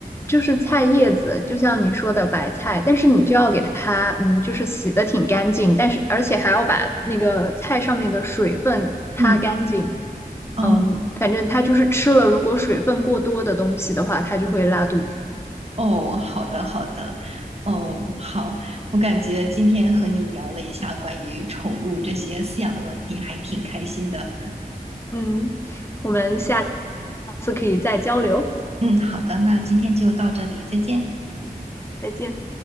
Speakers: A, on the left; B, on the right.
A: 就是菜叶子，就像你说的白菜，但是你就要给它，嗯，就是洗的挺干净，但是而且还要把那个菜上面的水分擦干净。
B: 嗯。哦，
A: 嗯，反正它就是吃了，如果水分过多的东西的话，它就会拉肚子。
B: 哦，好的，好的，哦，好，我感觉今天和你聊了一下关于宠物这些饲养的问题，还挺开心的。
A: 嗯，我们下次可以再交流，
B: 嗯，好的，那今天就到这里，再见。
A: 再见。